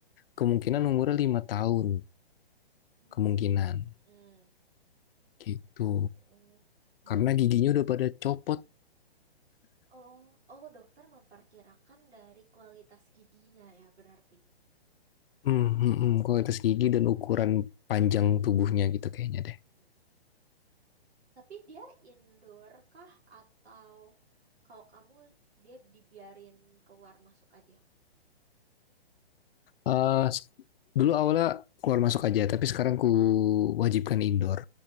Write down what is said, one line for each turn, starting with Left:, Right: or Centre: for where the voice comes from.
Left: kemungkinan umurnya lima tahun
Right: mm,
Left: kemungkinan
Right: mm,
Left: gitu.
Right: oh, Be-
Left: Karena giginya udah pada copot.
Right: oh, oh, dokter memperkirakan dari kualitas giginya ya berarti.
Left: Hmm, hmm, hmm, kualitas gigi dan ukuran panjang tubuhnya gitu kayaknya deh.
Right: mm Tapi dia indoor kah atau kalau kamu dia dibiarin keluar masuk aja?
Left: Eh, s- dulu awalnya keluar masuk aja, tapi sekarang ku wajibkan indoor